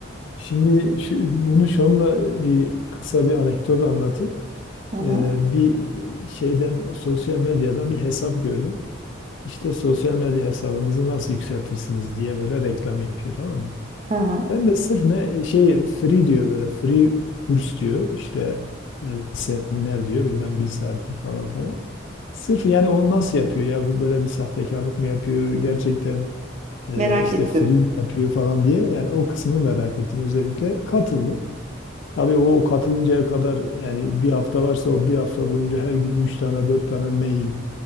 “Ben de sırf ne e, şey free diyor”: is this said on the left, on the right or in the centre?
Left